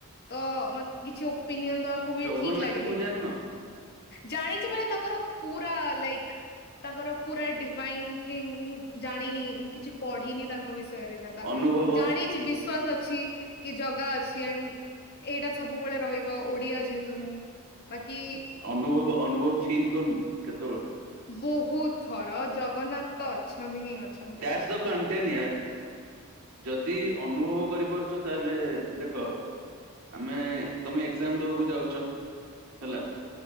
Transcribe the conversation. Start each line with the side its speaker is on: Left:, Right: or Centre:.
Left: ତ ମତ୍ କିଛି ଓପିନିଅନ ଦବାକୁ ବି
Right: ଜଗନ୍ନାଥଙ୍କୁ
Left: ଠିକ ଲାଗେନି।
Right: ଜାଣିନ
Left: ଜାଣିଛି ମାନେ ତାଙ୍କର ପୁରା ଲାଇକ୍ ତାଙ୍କର ପୁରା ଡିଭାଇନ ଥିଙ୍ଗ ମୁଁ ଜାଣିନି ମୁଁ କିଛି ପଢିନି ତାଙ୍କ ବିଷୟରେ ଦାଦା
Right: ଅନୁଭବ
Left: ଜାଣିଚି ବିଶ୍ ଶ୍ୱାସ ଅଛି କି ଜଗା ଅଛି ଏଣ୍ଡ ଏଇଟା ସବୁବେଳେ ରହିବ ଓଡିଆ ଯେହେତୁ ମୁଁ ବାକି
Right: ଅନୁଭବ ଅନୁଭବ ଫିଲ୍ କରିନୁ କେତେଓଳେ?
Left: ବହୁତଥର ଜଗନ୍ନାତ ଅଛନ୍ତି ହିଁ ଅଛନ୍ତି।
Right: ଦ୍ୟାଟ୍ସ ଦ କଣ୍ଟେନ ୟାର୍ ଯଦି ଅନୁଭବ କରିପାରୁଚ ତାହେଲେ ଦେଖ ଆମେ ତମେ ଏକ୍ଜାମ ଦେବାକୁ ଯାଉଚ ହେଲା